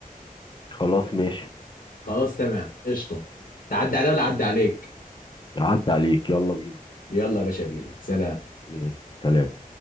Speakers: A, on the left; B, on the left.
A: خلاص ماشي
B: خلاص تمام قشطة تعدي عليا ولا عدي عليك
A: عدى عليك يلا بينا
B: يلا يا باشا بينا سلام
A: ماشي. سلام